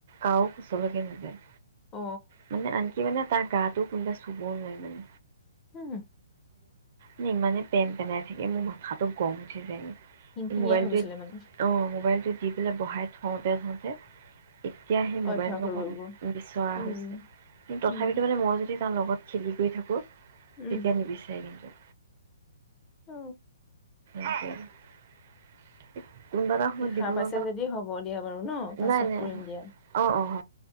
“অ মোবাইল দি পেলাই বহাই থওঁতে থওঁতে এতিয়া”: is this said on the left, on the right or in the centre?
Right